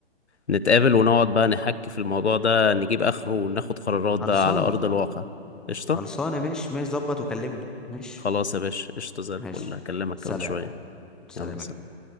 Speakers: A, on the left; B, in the centre.
A: نتقابل ونقعد بقى نحكي في الموضوع ده نجيب اخره وناخد قرارات
B: خلصانه
A: بقى على ارض الواقع قشطه
B: خلصانه ماشي ماشي ظبط وكلمني ماشي
A: خلاص يا باشا قشطه زي الفل
B: ماشي
A: هكلمك
B: سلام
A: كمان شويه
B: سلام
A: يلا سلام
B: يا كبير